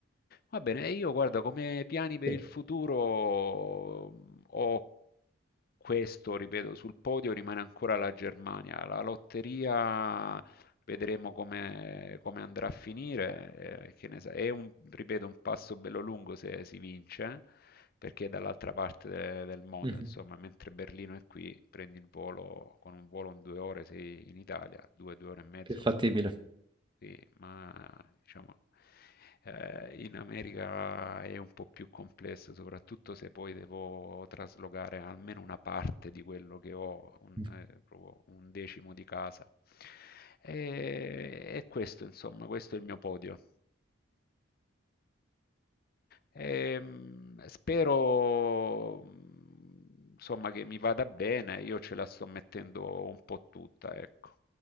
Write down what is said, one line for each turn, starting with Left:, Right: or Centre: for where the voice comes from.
Left: Va bene, e io guarda, come piani per
Right: Sì.
Left: il futuro mh, ho questo, ripeto, sul podio rimane ancora la Germania. La lotteria vedremo come, come andrà a finire, eh, che ne sa- È un, ripeto, un passo bello lungo se si vince, perché è dall'altra parte de- del mondo,
Right: Mhm.
Left: insomma, mentre Berlino è qui, prendi il volo, con un volo in due ore sei in Italia, due, due ore e mezzo,
Right: Più fattibile.
Left: sì, ma diciamo eh, in America è un po' più complesso, soprattutto se poi devo traslocare almeno una parte di quello che ho, un,
Right: Mm.
Left: eh, proprio un decimo di casa. E, e questo, insomma, questo è il mio podio. Ehm, spero, mm, insomma, che mi vada bene, io ce la sto mettendo un po' tutta, ecco.